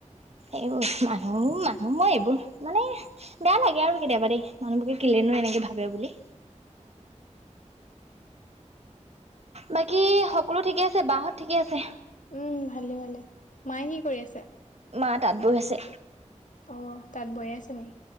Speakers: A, on the right; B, on the left.
A: এইবোৰ মানুহবো মানুহ মই এইবোৰ মানে বেয়া লাগে আৰু কেতিয়াবা দেই মানুহবোকে কেলেনো
B: উম
A: এনেকে ভাবে বুলি বাকী সকলো ঠিকে আছে বাহ ঠিকে আছে
B: উম ভালে ভালে মায়ে কি কৰি আছে
A: মা তাঁত বৈ আছে
B: অ তাত বয়ে আছে নি